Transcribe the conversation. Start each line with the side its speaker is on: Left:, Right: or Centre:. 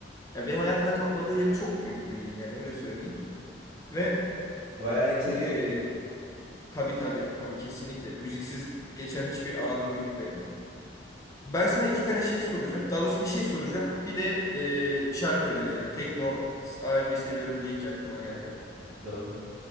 Left: Ya benim hayatımda kapladığı yeri çok büyük müziğin yani öyle söyleyeyim. Ve
Right: Bayağı entegre.
Left: eee, Tabii tabii tabii kesinlikle. Müziksiz geçen hiçbir anım yok benim. Ben sana iki tane şey soracağım. Daha doğrusu bir şey soracağım. Bir de e, şarkı önereceğim. Tekno R&B seviyorum deyince aklıma geldi.
Right: Tabii.